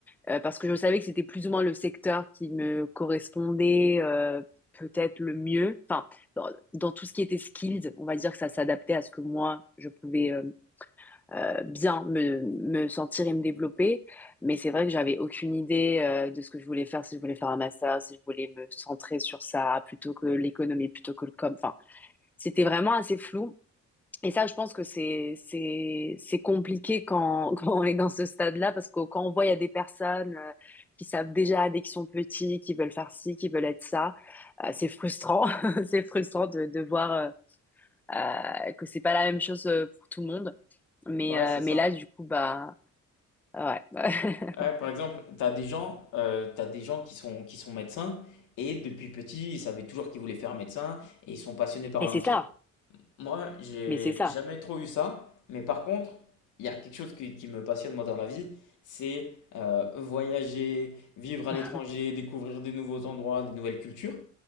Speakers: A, in the centre; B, on the left.
A: Euh, parce que je savais que c'était plus ou moins le secteur qui me correspondait euh, peut-être le mieux. Enfin, dans, dans tout ce qui était skills, on va dire que ça s'adaptait à ce que moi, je pouvais euh, euh, bien me, me sentir et me développer. Mais c'est vrai que j'avais aucune idée euh, de ce que je voulais faire, si je voulais faire un master, si je voulais me centrer sur ça plutôt que l'économie, plutôt que le com. Enfin, c'était vraiment assez flou. Et ça, je pense que c'est c'est c'est compliqué quand <laughs> quand on est dans ce stade-là parce que quand on voit il y a des personnes euh, qui savent déjà dès qu'ils sont petits, qui veulent faire ci, qui veulent être ça, euh, c'est frustrant. <laughs> C'est frustrant de de voir euh, euh, que c'est pas la même chose euh, pour tout le monde. Mais
B: Ouais,
A: euh,
B: c'est ça.
A: mais là, du coup, bah Ouais. <laughs>
B: Ouais, par exemple, tu as des gens, euh, t'as des gens qui sont, qui sont médecins et depuis petit, ils savaient toujours qu'ils voulaient faire médecin et ils sont passionnés par
A: Et
B: leur
A: c'est
B: métier.
A: ça.
B: Moi, j'ai
A: Mais c'est ça.
B: jamais trop eu ça, mais par contre, il y a quelque chose qui, qui me passionne moi dans la vie, c'est euh, voyager, vivre à
A: <laughs>
B: l'étranger, découvrir des nouveaux endroits, des nouvelles cultures.